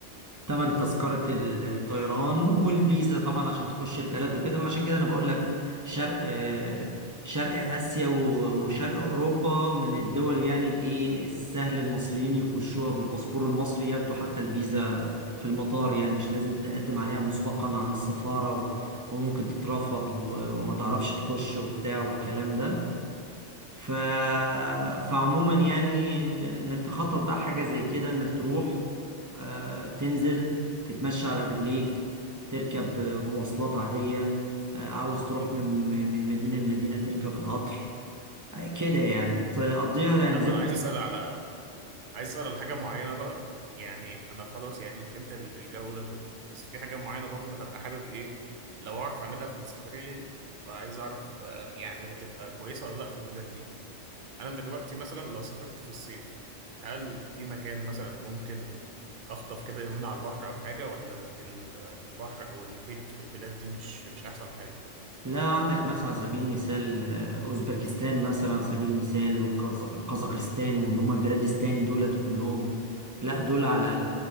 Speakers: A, on the right (about 15°); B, on the right (about 50°).
A: تمن تذكرة الطيران والفيزا طبعا عشان تخش البلد وكده وعشان كده انا بقول لك شرق آه، شرق آسيا و- وشرق أوروبا من الدول يعني الايه السهل المصريين يخشوها بالباسبور المصري ياخدوا حتى الفيزا في المطار يعني مش لازم تقدم عليها مسبقا عن السفارة و- وممكن تترفض و- وما تعرفش تخش وبتاع والكلام ده ف... فعموما يعني انك تخطط بقى حاجة زي كده انك تروح آه، تنزل تتمشى على رجليك تركب آه، مواصلات عادية آه، عاوز تروح من من مدينة لمدينة تركب القطر آه، كده يعني تقضيها يعني
B: طب
A: زي
B: انا عايز اسال على عايز اسال على حاجه معينه بقى يعني انا خلاص يعني فهمت ال- الجو ده كله بس في حاجه معينه برضه هبقى حابب ايه لو اعرف اعملها في السفريه دي فعايز اعرف آه، يعني هتبقى كويسه ولا لا في البلاد دي انا دلوقتي مثلا لو سافرت في الصيف هل في مكان مثلا ممكن اخطف كده يومين على البحر او حاجه ولا ال- ال- البحر او المحيط في البلاد دي مش مش احسن حاجه
A: لا عندك مثلا على سبيل المثال آه، اوزبكستان مثلا على سبيل المثال وقزاقستان واللي هم البلادستان دولت كلهم لا دول على